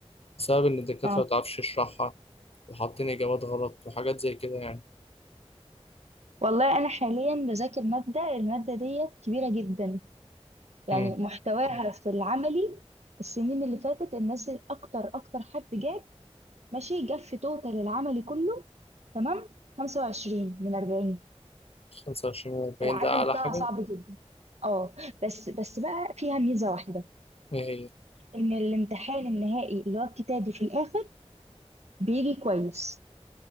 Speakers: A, on the left; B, on the right.
A: بسبب إن الدكاترة
B: اه
A: متعرفش تشرحها وحاطين إجابات غلط وحاجات زي كده يعني
B: والله انا حاليا بذاكر ماده الماده ديت كبيره جدا يعني
A: امم
B: محتواها في العملي السنين اللي فاتت الناس اكتر اكتر حد جاب ماشي جاب في توتال العملي كله تمام 25 من 40
A: خمسة وعشرين وأربعين
B: العملي
A: ده أعلى
B: بتاعها
A: حاجة
B: صعب جدا اه بس بس بقى فيها ميزة واحدة
A: إيه هي
B: ان الامتحان النهائي اللي هو الكتابي في الاخر بيجي كويس